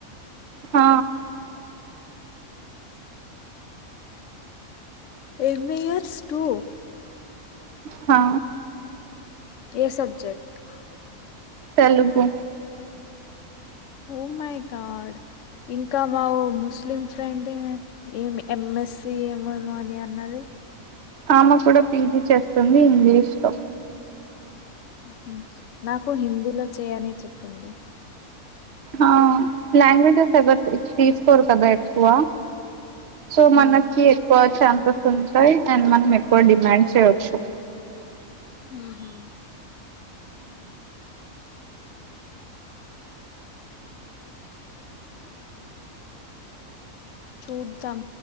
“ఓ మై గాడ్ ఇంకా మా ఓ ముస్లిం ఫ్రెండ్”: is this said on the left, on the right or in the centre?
Left